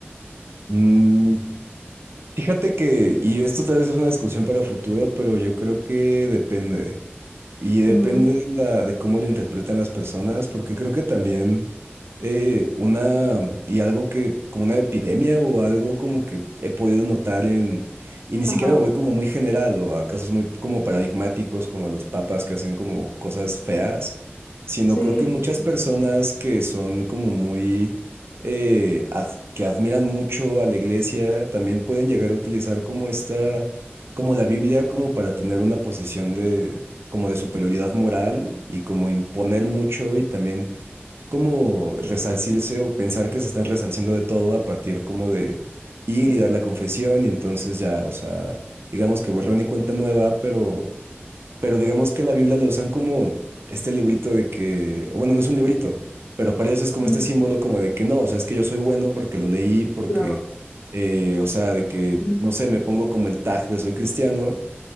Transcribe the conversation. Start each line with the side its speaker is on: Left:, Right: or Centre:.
Right: Mm, fíjate que, y esto tal vez es una discusión para futuro, pero yo creo que depende. Y depende
Left: Mm,
Right: de, la, de cómo lo interpretan las personas, porque creo que también eh, una, y algo que, como una epidemia o algo como que he podido notar en, y ni
Left: ajá,
Right: siquiera lo voy como muy general o a casos muy como paradigmáticos, como los papas que hacen como cosas feas, sino
Left: sí,
Right: creo que
Left: es
Right: muchas
Left: eso.
Right: personas que son como muy, eh, ad- que admiran mucho a la iglesia, también pueden llegar a utilizar como esta como la Biblia, como para tener una posición como de superioridad moral y como imponer mucho y también como resarcirse o pensar que se están resarciendo de todo a partir como de ir y dar la confesión y entonces ya, o sea, digamos que borrón y cuenta nueva, pero, pero digamos que la Biblia la usan como este librito de que, o bueno, no es un librito, pero para eso es como
Left: Ujú,
Right: este símbolo como de que no, o sea, es que yo soy bueno porque lo leí, porque...
Left: claro.
Right: eh, o sea, de que,
Left: Ujú,
Right: no sé, me pongo como el tag de soy cristiano